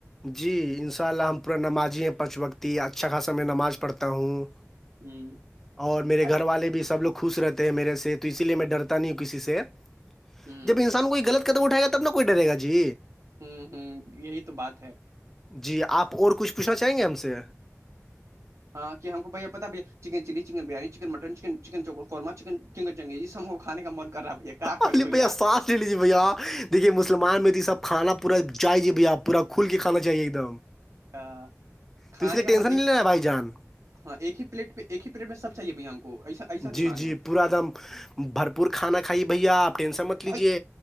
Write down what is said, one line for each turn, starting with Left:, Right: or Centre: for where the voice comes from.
Centre: جی ان شاء اللہ ہم پورا نمازی ہیں پانچ وقتی اچھا خاصا میں نماز پڑھتا ہوں
Right: ہوں
Centre: اور میرے
Right: ارے
Centre: گھر والے بھی سب لوگ خوش رہتے ہیں میرے سے تو اسی لیے میں ڈرتا نہیں ہوں کسی سے
Right: ہوں
Centre: جب انسان کوئی غلط قدم اٹائے گا تب نہ کوئی ڈرےا جی
Right: ہوں ہوں یہی تو بات ہے
Centre: جی آپ اور کچھ پوچھنا چاہیں گے ہم سے
Right: ہاں کہ ہم کو بھیا پتا بیا chicken chilli chicken biryani chicken mutton چن چکن قورما چکن چکن ج سب کھے کا من کر رہا بھیا کا کری
Centre: علی
Right: بھیا
Centre: سانس لیجیے بھیا دیکھیے مسلمان میں تو سب کھانا پورا چاہیے بھیا پورا کھل کے کھانا چاہیے ایک دم
Right: آ،
Centre: تو
Right: کھانے
Centre: اس لیے
Right: کا
Centre: ٹینشن
Right: من ایک
Centre: نہیں لینا بھائی جان
Right: ہاں ایک ہی پلیٹ پہ ایک ہی پلیٹ میں سب چاہے بھیا ہم کو ایسا ایسا
Centre: جی
Right: دماغ ہے
Centre: جی
Right: میرا
Centre: پورا ایک دم بھرپور کھانا کھائیے بھیا آپ ٹینسا مت لیجے
Right: بھائی